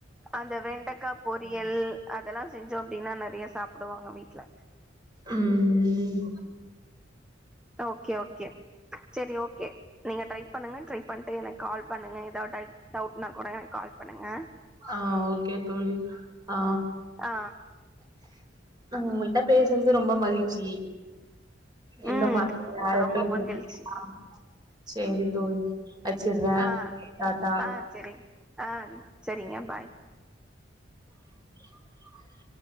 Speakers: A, in the centre; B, on the right.
A: அந்த வெண்டக்கா பொரியல் அதெல்லா செஞ்சோம் அப்டின்னா நெறய சாப்டுவாங்க வீட்ல
B: உம்ம்ம்
A: ஓகே ஓகே செரி ஒகே நீங்க ட்ரை பண்ணுங்க ட்ரை பண்ணிட்டு எனக்கு கால் பண்ணுங்க எதாவது டவ்ட்டுன்னா கூட கால் பண்ணுங்க
B: ஆ ஓகே தோழி ஆ
A: ஆ
B: உங்கள்ட்ட பேசுனது ரொம்ப மகிழ்ச்சி இன்னும்
A: ம்
B: மா <unintelligible>
A: ரொம்ப மகிழ்ச்சி
B: சேரி தோழி வச்சிர்றே
A: ஆ
B: டாட்டா
A: ஆ சரி ஆ சரிங்க பாய்
B: <unintelligible>